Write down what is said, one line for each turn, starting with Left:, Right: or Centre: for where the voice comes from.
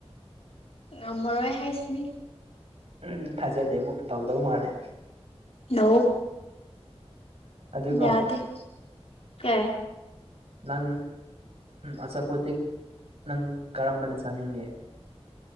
Left: ꯉꯝꯃꯔꯣꯏ ꯍꯥꯏꯁꯤꯅꯤ
Right: ꯎꯝ ꯊꯥꯖꯗꯦꯕꯨ ꯇꯧꯗꯧ ꯃꯥꯜꯂꯦ
Left: ꯂꯧ
Right: ꯑꯗꯨꯒ
Left: ꯌꯥꯗꯦ ꯀꯦ
Right: ꯅꯪ ꯑꯆꯥꯄꯣꯠꯇꯤꯛ ꯅꯪ ꯀꯔꯝꯕꯅ ꯆꯥꯅꯤꯡꯒꯦ